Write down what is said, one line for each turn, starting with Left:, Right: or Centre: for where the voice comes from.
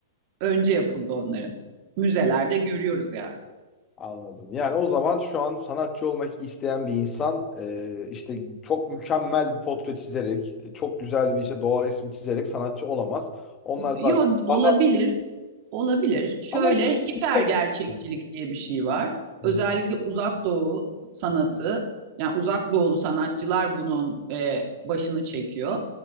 Right: önce yapıldı onların. Müzelerde görüyoruz yani.
Left: Anladım. Yani o zaman şu an sanatçı olmak isteyen bir insan e, işte çok mükemmel bir portre çizerek, e, çok güzel bir işte doğa resmi çizerek sanatçı olamaz. Onlar zaten
Right: Yo olabilir
Left: daha
Right: Olabilir. Şöyle
Left: Ama
Right: hiper
Left: dikkat
Right: gerçekçilik
Left: edin.
Right: diye bir şey var.
Left: Hı
Right: Özellikle
Left: hı.
Right: uzak doğu sanatı, yani uzak doğulu sanatçılar bunun e, başını çekiyor.